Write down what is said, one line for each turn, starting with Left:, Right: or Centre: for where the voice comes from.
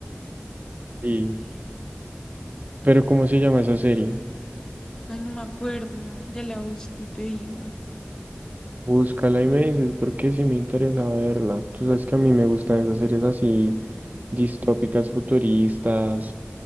Right: Sí. Pero ¿cómo se llama esa serie?
Left: Ay, no me acuerdo, ya la busco y te digo.
Right: Búscala y me dices, porque sí me interesa verla. Tú sabes que a mí me gustan esas series así, distópicas, futuristas,